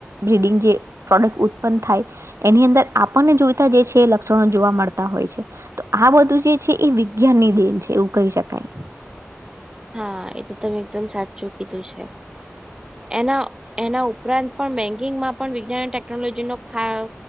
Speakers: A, on the right; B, on the right.
A: બિડિંગ જે- - પ્રોડક્ટ ઉત્પન્ન થાય એની અંદર આપણને જોઈતા જે છે લક્ષણો જોવા મળતા હોય છે. તો આ બધું જે છે એ વિજ્ઞાન ની દેન છે એવું કહી શકાય.
B: હા એ તો તમે એકદમ સાચું કીધું છે. એનો એના ઉપરાંત પણ બેન્કિંગમાં પણ વિજ્ઞાન ટેકનોલોજી ન ફાળો.